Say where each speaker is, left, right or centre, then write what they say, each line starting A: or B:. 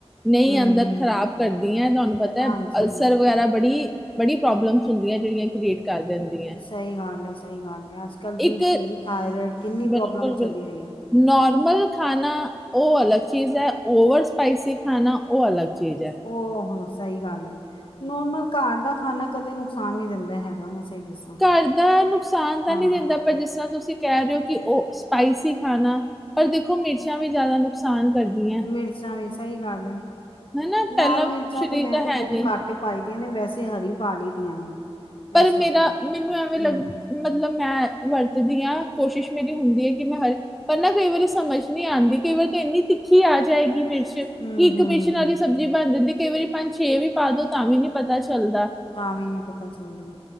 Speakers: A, in the centre; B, on the left.
A: ਨਈ
B: ਹੂੰ
A: ਅੰਦਰ
B: ਹੂੰ
A: ਖਰਾਬ ਕਰਦੀਆਂ ਤੁਹਾਨੂੰ ਪਤਾ
B: ਹਾਂਜੀ
A: ਅਲਸਰ ਵਗੈਰਾ ਬੜੀ-ਬੜੀ ਪ੍ਰੋਬਲਮ ਹੁੰਦੀਆਂ ਜੇੜੀਆਂ ਕ੍ਰੀਏਟ ਕਰ ਦਿੰਦੀਆਂ।
B: ਸਈ ਗੱਲ ਏ-ਸਈ ਗੱਲ ਏ ਅੱਜ ਕੱਲ੍ਹ ਬੀ
A: ਇੱਕ
B: ਪੀ ਥਾਇਰਇਡ ਕਿੰਨੀ
A: ਬਿਲਕੁਲ
B: ਪ੍ਰੋਬਲਮ
A: ਬਿਲਕੁਲ
B: ਚਲੀ ਹੋਈ ਏ।
A: ਨੋਰਮਲ ਖਾਨਾ ਓ ਅਲੱਗ ਚੀਜ਼ ਐ ਓਵਰ ਸਪਾਈਸੀ ਖਾਣਾ ਓ ਅਲੱਗ ਚੀਜ਼ ਐ।
B: ਓ ਹਾਂ ਸਈ ਗੱਲ ਏ। ਨੋਰਮਲ ਘਰ ਦਾ ਖਾਣਾ ਕਦੇ ਨੁਕਸਾਨ ਨਈ ਦਿੰਦਾ ਹੈਗਾ ਮੈਂ ਸਈ ਦੱਸਾਂ।
A: ਘਰ ਦਾ ਨੁਕਸਾਨ ਤਾਂ
B: ਹਾਂ
A: ਨਈ ਦਿੰਦਾ ਪਰ ਜਿਸ ਤਰ੍ਹਾਂ ਤੁਸੀਂ ਕੈ ਰਏ ਹੋ ਕਿ ਓ ਸਪਾਈਸੀ ਖਾਣਾ ਪਰ ਦੇਖੋ ਮਿਰਚਾਂ ਵੀ ਜਾਦਾ ਨੁਕਸਾਨ ਕਰਦੀਆਂ।
B: ਮਿਰਚਾਂ ਵੀ ਸਈ ਗੱਲ ਏ
A: ਹਨਾ
B: ਲਾਲ
A: ਪਹਿਲਾਂ
B: ਮਿਰਚਾਂ
A: ਸਰੀਰ
B: ਤਾਂ ਮੈਂ ਤਾਂ
A: ਹੈ
B: ਬੋਤ
A: ਨਹੀਂ
B: ਘੱਟ ਪਾਈ ਦੀਆਂ ਨੇ ਵੈਸੇ ਹਰੀ ਪਾ ਲਈ ਦੀਆਂ ਨੇ।
A: ਪਲ
B: ਇਸ ਕਰਕੇ
A: ਮੇਰਾ ਮੈਨੂੰ ਐਵੇਂ
B: ਹੂੰ
A: ਲੱਗਦਾ। ਮਤਲਬ ਮੈਂ ਵਰਤਦੀ ਆਂ ਕੋਸ਼ਿਸ਼ ਮੇਰੀ ਹੁੰਦੀ ਹੈ ਕਿ ਮੈਂ ਹਰ ਪਰ ਨਾ ਕਈ ਵਾਰੀ ਸਮਝ ਨਈ ਆਂਦੀ ਕਈ ਵਾਰੀ ਤਾਂ ਇੰਨੀ ਤਿੱਖੀ ਆ ਜਾਏਗੀ ਮਿਰਚ 'ਚ
B: ਹੂੰ
A: ਇੱਕ
B: ਹੂੰ
A: ਮਿਰਚ ਨਾਲ
B: ਹੂੰ
A: ਈ ਸਬਜ਼ੀ ਬਣ ਜਾਂਦੀ ਕਈ ਵਾਰੀ ਪੰਜ-ਛੇ ਵੀ ਪਾ ਦੋ ਤਾਂ ਵੀ ਨੀ ਪਤਾ ਚੱਲਦਾ।
B: ਤਾਂ ਵੀ ਨੀ ਪਤਾ ਚਲਦੀ।